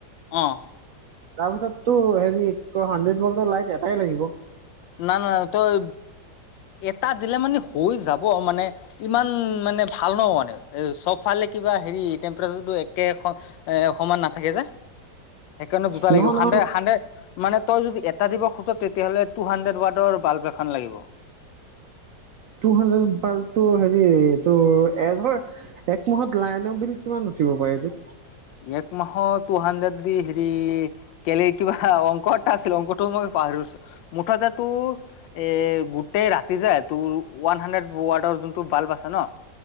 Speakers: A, on the left; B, on the right.
A: আহ
B: তাৰপিছততো হেৰি কি কয় হাড্ৰেড বলৰ লাইট এটাই লাগিব
A: ন ন তই এটা দিলে মানে হৈ যাব মানে ইমান মানে ভাল ন মানে চব ফালে কিবা হেৰি টেম্পাৰেচাৰটো একে এ সমমান নাথাকে যে সেইকাৰণে দুটা লাগিব
B: নহয়
A: হাড্ৰে
B: নহয়
A: হাড্ৰেড মানে তই যদি এটা দিব খোজ তেতিয়াহ'লে টু হাণ্ড্ৰেড ৱ্ডৰ বাল্ব এখন লাগিব
B: টু হাড্ৰেড ত হেৰি তোৰ এজৰ এক মাহত লাইনৰ বিল কিমান উঠিব পাৰে এইটো
A: এক মাহ তু হাড্ৰেড দি হেৰি কেলে কিবা অকটা আছিল অক মই পছো মুঠতে তোৰ এ গোটেই ৰাতি যায় তোৰ ওৱান হাড্ৰেড ৱাৰ্ডৰ যোনটো বাল্ব আছে ন